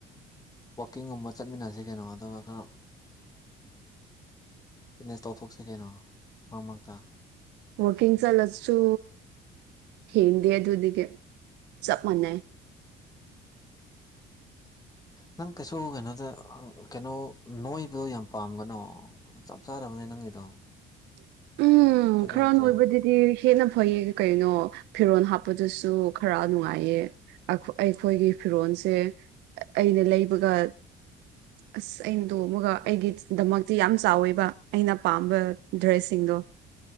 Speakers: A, on the left (about 20°); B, on the right (about 80°).
A: ꯋꯥꯀꯤꯡꯒꯨꯝꯕ ꯆꯠꯃꯤꯟꯅꯁꯤ ꯀꯩꯅꯣ ꯑꯗꯨꯒ ꯈꯔ ꯅꯦꯁ ꯇꯧꯊꯣꯛꯁꯦ ꯀꯩꯅꯣ ꯃꯔꯛ ꯃꯔꯛꯇ
B: ꯋꯥꯀꯤꯡ ꯆꯠꯂꯥꯁꯨ ꯍꯗꯤ ꯑꯗꯨꯗꯒꯤ ꯆꯞ ꯃꯥꯟꯅꯦ <unintelligible>
A: ꯅꯪ ꯀꯩꯁꯨ ꯀꯩꯅꯣꯗ ꯀꯩꯅꯣ ꯅꯣꯏꯕꯗꯣ ꯌꯥꯝ ꯄꯥꯝꯒꯅꯣ ꯆꯞ ꯆꯥꯔꯕꯅꯤꯅ ꯅꯪꯒꯤꯗꯣ
B: <unintelligible> ꯎꯝ
A: ꯁꯚꯦꯟꯁꯦ
B: ꯈꯔ ꯅꯣꯏꯕꯗꯨꯗꯤ ꯍꯦꯟꯅ ꯐꯩꯌꯦ ꯀꯩꯅꯣ ꯐꯤꯔꯣꯟꯜ ꯍꯥꯞꯄꯗꯨꯁꯨ ꯇꯨ ꯈꯔ ꯅꯨꯡꯉꯥꯏꯌꯦ ꯑꯩꯈꯣꯏꯒꯤ ꯐꯤꯔꯣꯜꯁꯦ ꯑꯩꯅ ꯂꯩꯕꯒ ꯑꯁ ꯑꯩꯅ ꯇꯣꯃꯒ ꯑꯩꯒꯤꯗꯃꯛꯇꯤ ꯌꯥꯝ ꯆꯥꯎꯋꯦꯕ ꯑꯩꯅ ꯄꯥꯝꯕ ꯗ꯭ꯔꯦꯁ ꯁꯤꯡꯗꯣ